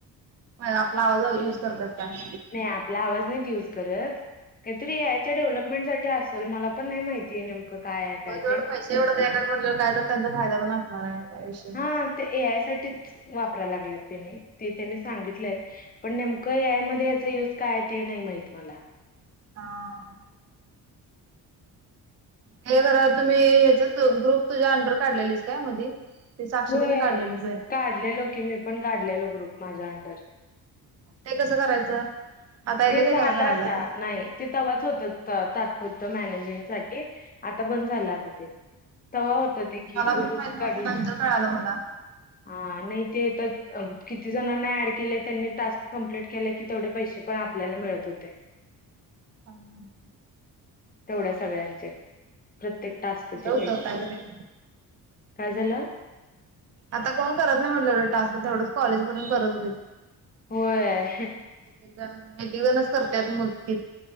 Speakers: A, on the right; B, on the left.
A: आपला आवाज युज करतात काय?
B: नाही आपला आवाज नाही यूज करत काहीतरी याच्या डेव्हलपमेंटसाठी अस च मला पण नाही माहितीये नेमकं काय आहे
A: हो
B: काय
A: सोड
B: ते.
A: पैसे एवढं द्यायला म्हटले काय तर त्यांचा फायदा पण असणार आहे काय विषय नाही.
B: हा ते ए आय साठीच वापरा लागल्यात त्यांनी ते त्यांनी सांगितलं पण नेमकं याय मध्ये याचा युज काय ते नाही माहीत मला
A: हा हे खर तुम्ही हच ग्रुप तुझ्या अंडर काढलेलीस काय मधी ते साक्षी
B: हो
A: तिने काढलेलीच आहे ना
B: काढलेलो की मी पण काढलेलो ग्रुप माझ्या अंडर
A: हे कसं करायचं आता येते
B: ते
A: काय
B: झालं
A: खरं करायला
B: आता
A: ते
B: नाही ते तव्हाच होत तात्पुरता होत मॅनेजमेंग साठी आता बंद झालं आता ते तवा होतं क
A: मला पण
B: गरुप
A: माहित नव्हतं
B: काढलं
A: नंतर कळालं मला
B: हा नाही ते किती जणांना ऍड केलंय त्यांनी टास्क कंप्लीट केला की तेवढे पैसे पण आपल्याला मिळत होते
A: ह ह
B: तेवढ्या सगळ्यांचे प्रत्येक टास्कचे
A: बरं होतं
B: पैसे
A: काहीतरी
B: काय झालं.
A: आता कोण करत नाही म्हटलं एवढं टास्क तर एवढंच कॉलेज पर्यंत करत होते
B: होय.
A: एक एक जण एक जणच करतायत मोजकी